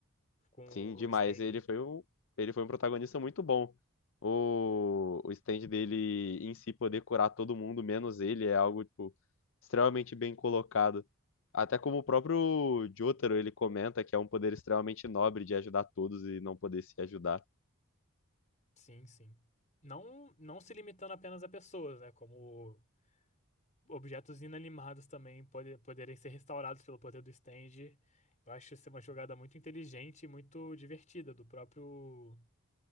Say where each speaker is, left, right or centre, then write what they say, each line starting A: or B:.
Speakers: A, on the left; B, on the left.
A: Com
B: Sim, demais.
A: o stand.
B: Ele foi um, ele foi um protagonista muito bom. O, o stand dele em si poder curar todo mundo, menos ele, é algo, tipo, extremamente bem colocado. Até como o próprio Jotaro, ele comenta que é um poder extremamente nobre de ajudar todos e não poder se ajudar.
A: Sim, sim. Não, não se limitando apenas a pessoas, né? Como objetos inanimados também pode, poderem ser restaurados pelo poder do stand. Eu acho ser uma jogada muito inteligente e muito divertida do próprio.